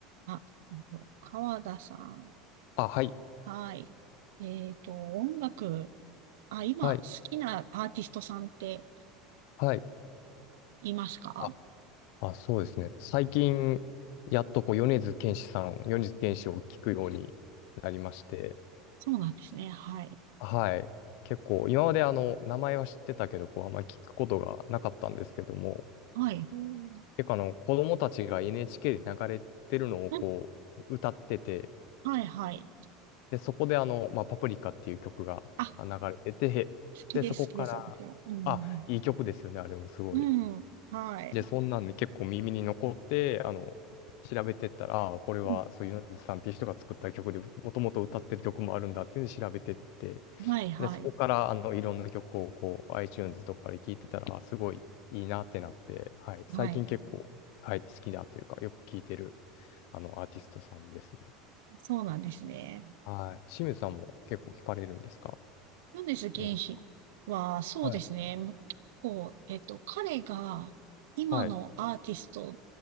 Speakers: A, on the right (about 85°); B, on the left (about 55°).
A: あ、えっと、川田さん。
B: あ、はい、
A: はい。えっと、音楽、あ、今、
B: はい、
A: 好きなアーティストさんって
B: はい。
A: いますか
B: あ、あ、そうですね。最近、やっとこう、米津玄師さん、米津玄師を聞くようになりまして、
A: そうなんですね。はい。
B: はい。結構、今まであの、名前は知ってたけど、こう、あんまり聞くことがなかったんですけども、
A: はい。うん。
B: 結構あの、子供たちが NHK で流れてるのをこう、
A: うん。
B: 歌ってて、
A: はい、はい。
B: で、そこであの、まあ、パプリカっていう曲があ流れてて、
A: あ、好きです、
B: で、そこから、
A: 好きです、私は。うん、
B: あ、いい曲ですよね、あれもすごい。
A: うん。うん、はい。
B: で、そんなんで結構耳に残って、あの、調べてったら、ああ、これはそういう米津さんっていう人が作った曲で、
A: うん、
B: もともと歌ってる曲もあるんだっていうので調べてって、
A: はい、はい。
B: で、そこから、あの、いろんな曲をこう、iTunes とかで聴いてたら、あすごいいいなってなって、はい、最近結構、
A: はい。
B: はい、好きだというか、よく聴いてる、あの、アーティストさんですね。
A: そうなんですね。
B: はい。清水さんも結構聴かれるんですか
A: 米津玄師は、
B: 音楽。
A: そうですね。
B: はい。
A: む結構、えっと、彼が今のアーティスト
B: はい。